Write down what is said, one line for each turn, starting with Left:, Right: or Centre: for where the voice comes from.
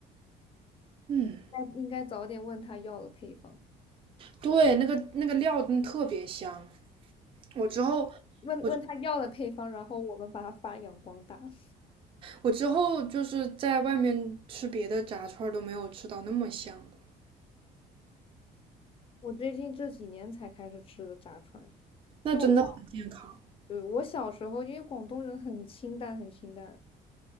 Right: 嗯，
Left: 那应该早点问他要了配方，
Right: 对，那个那个料真的特别香，我之后我
Left: 问问他要了配方，然后我们把它发扬光大。<laughs>
Right: 我之后就是在外面吃别的炸串儿都没有吃到那么香的，
Left: 我最近这几年才开始吃的炸串，
Right: 那真的很健康。
Left: 就我。对，我小时候，因为广东人很清淡，很清淡，